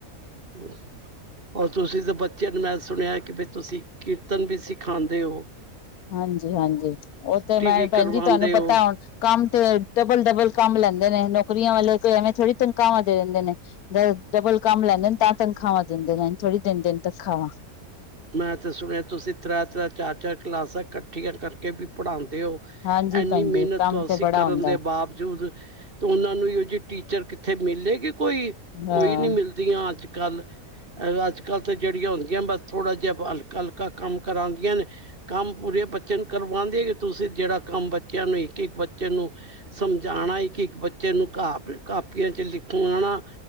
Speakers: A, on the right; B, on the left.
A: <unintelligible> ਔਰ ਤੁਸੀ ਤੇ ਬੱਚੇਆਂ ਨੂੰ ਮੈਂ ਸੁਣਿਆ ਕਿ ਬੀ ਤੁਸੀ ਕੀਰਤਨ ਵੀ ਸਿਖਾਂਦੇ ਓ।
B: ਹਾਂਜੀ-ਹਾਂਜੀ। ਓ ਤੇ ਮੈਂ
A: ਵੀ
B: ਭੈਨ
A: ਕਰਵਾਉਂਦੇ
B: ਜੀ ਤੁਹਾਨੂੰ ਪਤਾ
A: ਹੋ
B: ਐ ਹੁਣ ਕੰਮ ਤੇ, ਡਬਲ ਡਬਲ ਕੰਮ ਲੈਂਦੇ ਨੇ, ਨੌਕਰੀਆਂ ਵਾਲੇ ਕੋਈ ਐਵੇਂ ਥੋੜੀ ਤਨਖਾਵਾਂ ਦੇ ਦੇਂਦੇ ਨੇ। ਡ ਡਬਲ ਕੰਮ ਲੈਂਦੇ ਨੇ ਤਾਂ ਤਨਖਾਵਾਂ ਦਿੰਦੇ ਨੇ ਐਂਜ ਥੋੜੀ ਦਿੰਦੇ ਨੇ ਤਨਖਾਵਾਂ।
A: ਮੈਂ ਤੇ ਸੁਣਿਆ ਤੁਸੀ ਤਰੈ-ਤਰੈ, ਚਾਰ-ਚਾਰ ਕਲਾਸਾਂ ਕੱਠੀਆਂ ਕਰਕੇ ਵੀ ਪੜ੍ਹਾਂਦੇ ਓ।
B: ਹਾਂਜੀ
A: ਏਨੀ
B: ਭੈਣ
A: ਮੇਹਨਤ
B: ਜੀ ਕੰਮ
A: ਤੋਸੀ
B: ਤੇ ਬੜਾ
A: ਕਰਨ
B: ਹੁੰਦਾ
A: ਦੇ ਬਾਵਜੂਦ ਤੇ ਓਨਾਂ ਨੂੰ ਇਓ ਜਿ ਟੀਚਰ ਕਿੱਥੇ ਮਿਲੇਗੀ ਕੋਈ?
B: ਹੈ।
A: ਕੋਈ
B: ਹਾਂ
A: ਨੀ ਮਿਲ ਦੀਆਂ ਅੱਜ-ਕੱਲ। ਅੱਜ-ਕੱਲ ਤੇ ਜੇੜੀਆਂ ਹੁੰਦੀਆਂ ਬਸ ਥੋੜਾ ਜਿਆ ਹਲਕਾ-ਹਲਕਾ ਕੰਮ ਕਰਾਂਦੀਆਂ ਨੇ ਕੰਮ ਪੂਰੇ ਬੱਚੇ ਨੂੰ ਕਰਵਾਂਂਦੀਆਂ ਨੀ। ਤੁਸੀ ਜੇੜਾ ਕੰਮ ਬੱਚੇਆਂ ਨੂੰ ਇੱਕ-ਇੱਕ ਬੱਚੇ ਨੂੰ ਸਮਝਾਣਾ ਇਕ-ਇੱਕ ਬੱਚੇ ਨੂੰ, ਕਾਪ ਕਾਪੀਆਂ ਚ ਲਿਖਵਾਣਾ